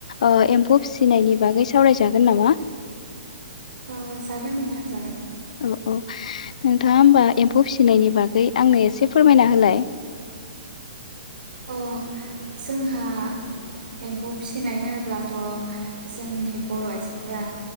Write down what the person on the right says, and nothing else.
अ जागोन नोंथां जागोन।
अ जोंहा एम्फौ फिसिनाय होनोब्लाथ' जोंनि बर' आइजोफोरा